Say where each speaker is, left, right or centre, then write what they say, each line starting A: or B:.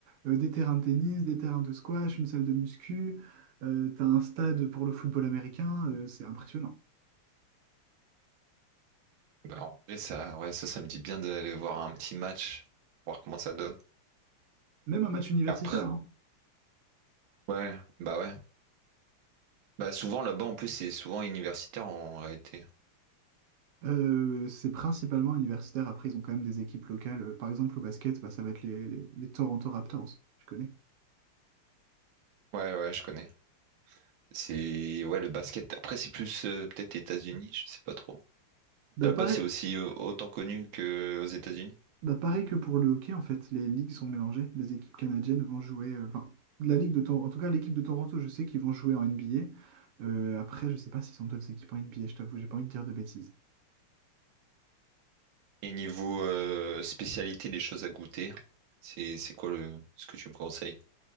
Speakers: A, on the right; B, on the right.
A: euh, des terrains de tennis, des terrains de squash, une salle de muscu, euh, tu as un stade pour le football américain, euh, c'est impressionnant.
B: Bah, en vrai, ça, ouais, ça, ça me dit bien d'aller voir un petit match, voir comment ça donne.
A: Même un match universitaire,
B: Après,
A: hein.
B: ouais, bah ouais. Bah souvent là-bas en plus c'est souvent universitaire en réalité.
A: Euh, c'est principalement universitaire. Après, ils ont quand même des équipes locales. Par exemple, au basket, bah, ça va être les, les, les Toronto Raptors, tu connais.
B: Ouais ouais je connais. C'est ouais le basket. Après c'est plus euh, peut-être États-Unis, je sais pas trop.
A: Bah,
B: Là-bas
A: pareil,
B: c'est aussi euh, autant connu que aux États-Unis.
A: Bah, pareil que pour le hockey, en fait, les ligues sont mélangées. Les équipes canadiennes vont jouer, euh, enfin, la ligue de Toronto, en tout cas, l'équipe de Toronto, je sais qu'ils vont jouer en NBA. Euh, après, je sais pas s'ils ont d'autres équipes en NBA, je t'avoue, j'ai pas envie de dire de bêtises.
B: Et niveau euh, spécialité des choses à goûter, c'est c'est quoi le ce que tu me conseilles?